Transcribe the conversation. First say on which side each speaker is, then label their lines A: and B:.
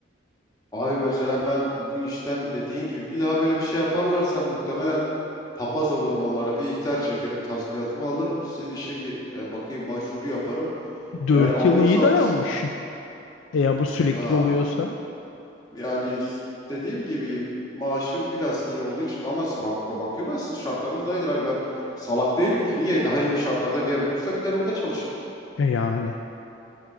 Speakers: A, on the left; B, on the left.
A: Abi mesela ben bu işten dediğin gibi bir daha böyle bir şey yaparlarsa muhtemelen papaz olurum onlara bir ihtar çekerim tazminatımı alırım sizin işe gir- e, bakayım başvuru yaparım.
B: 4
A: Eğer alınırsam
B: yıl iyi dayanmışsın.
A: s-
B: E ya bu sürekli
A: ya
B: oluyorsa
A: Yani s- dediğim gibi maaşı biraz iyi olduğu için ama s- bak bakıyorum da şartlarınız daha iyidir abi. Ben salak değilim ki niye daha iyi bir şartlarda bir yer bulursam gider orada çalışırım.
B: e yani